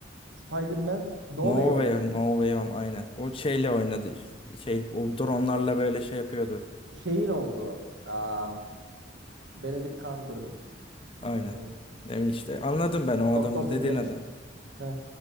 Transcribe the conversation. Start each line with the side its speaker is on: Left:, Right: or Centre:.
Right: Spider-Man No
Left: No
Right: Way Home.
Left: Way, No Way Home aynen. O şeyle oynadı işte. Şey, o dronlarla böyle şey yapıyordu.
Right: Şeyin olduğu. Aa, Benedict Cumberbatch'in.
Left: Aynen.
Right: Neydi?
Left: Demin işte anladım ben o adamın
Right: Doctor Strange.
Left: dediğin adam.
Right: Heh.